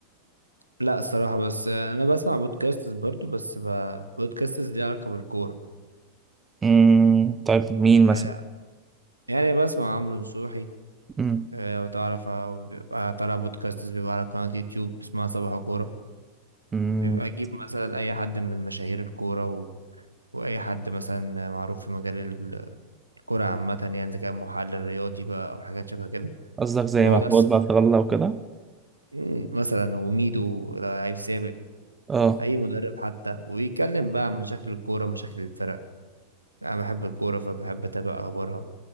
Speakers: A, on the right (about 85°); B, on the right (about 15°).
A: لا الصراحة بس انا بسمع بودكاستس برضو بس ب... بودكاستس ليها علاقة بالكورة
B: مم. طيب مين
A: يعني
B: مثلا
A: يعني بسمع عمرو نصوحي
B: مم.
A: آه، وتعرف آه، بيبقى طالع بودكاستس بيبقى على قناة يوتيوب اسمها صباح كورة
B: مم.
A: بيبقى اجيب مثلا اي حد من مشاهير الكورة و... واي حد مثلا معروف في مجال ال- الكورة عامة يعني اذا كان محلل رياضي بقى او حاجات شبه كده
B: قصدك زي
A: بقعد
B: محمود ما الله وكده
A: مم، مثلا وميدو لعيب سابق
B: اه
A: اي مدرب حتى ويتكلم بقى عن مشاكل الكوره مشاكل الفرق انا بحب الكوره فبحب اتابع اخبارها